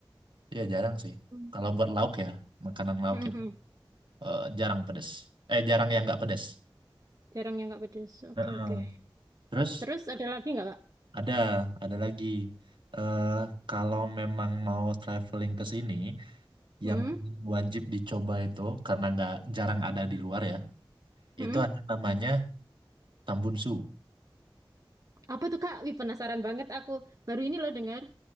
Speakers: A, on the right; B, on the right.
A: Iya, jarang sih.
B: Hmm.
A: Kalau buat lauk ya, makanan lauk
B: Mhm.
A: itu eh, jarang pedes. Eh, jarang yang nggak pedes.
B: Jarang yang nggak pedes. Oke
A: Heeh.
B: oke.
A: Terus
B: Terus ada lagi nggak Kak?
A: ada, ada lagi. eh kalau memang mau traveling ke sini,
B: Mhm.
A: yang wajib dicoba itu karena nggak jarang ada di luar ya.
B: Mhm.
A: itu ada namanya tambunsu.
B: Apa tuh Kak? Wih penasaran banget aku. Baru ini loh dengar.